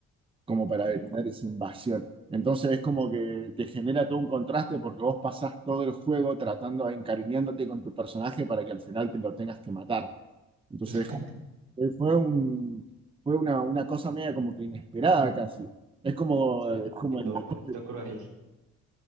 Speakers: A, on the right; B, on the right.
A: como para
B: Sí.
A: detener esa invasión. Entonces es como que te genera todo un contraste porque vos pasás todo el juego tratando, encariñándote con tu personaje para que al final te lo tengas que matar. Entonces
B: <laughs>
A: eh, Fue un, fue una, una cosa media como que inesperada casi. Es como,
B: Sí,
A: es
B: un poquito,
A: como el deporte.
B: un poquito cruel.